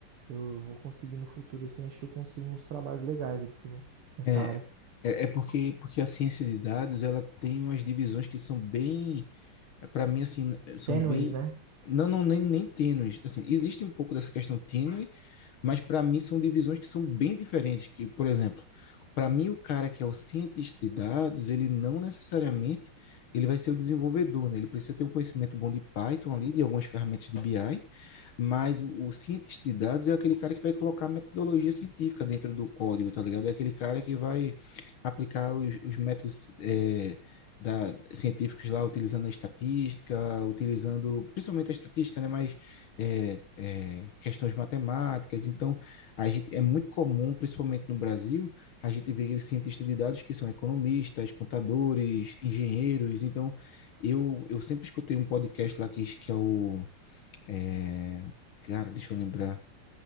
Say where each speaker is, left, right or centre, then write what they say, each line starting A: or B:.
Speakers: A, on the right (about 85°); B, on the left (about 75°).
A: eu vou conseguir no futuro, assim, acho que eu consigo uns trabalhos legais, ele falou, nessa
B: É,
A: área.
B: é, é porque, porque a ciência de dados, ela tem umas divisões que são bem Para mim, assim, são
A: Tênues,
B: bem.
A: né?
B: Não, não, nem, nem tênues. Assim, existe um pouco dessa questão tênue, mas para mim são divisões que são bem diferentes. Que, por exemplo, para mim, o cara que é o cientista de dados, ele não necessariamente ele vai ser o desenvolvedor, né? Ele precisa ter um conhecimento bom de Python ali, de algumas ferramentas de BI, mas o, o cientista de dados é aquele cara que vai colocar metodologia científica dentro do código, tá ligado? É aquele cara que vai aplicar os, os métodos é, da, científicos lá, utilizando a estatística, utilizando principalmente a estatística, né? Mas é, é, questões matemáticas. Então, a gente, é muito comum, principalmente no Brasil, a gente vê os cientistas de dados que são economistas, contadores, engenheiros. Então, eu, eu sempre escutei um podcast lá que, que é o é, cara, deixa eu lembrar.